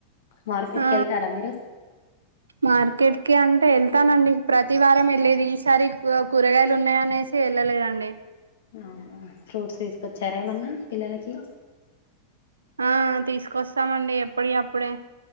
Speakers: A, on the left; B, on the right.
A: మార్కెట్కి
B: ఆ
A: వెళ్తారా మీరు
B: మార్కెట్ క అంత అే వెళ్తానండి ప్రతి వారం వెళ్ళలేది ఈసారి కూరగాయలు ఉన్నాయ అనేసి వెళ్ళలేదండి
A: అవునా ఫ్రూట్స్ తీసుకొచ్చారా ఏమన్నా పిల్లలకి
B: ఆ తీసుకొస్తామండి ఎప్పుడు అప్పుడే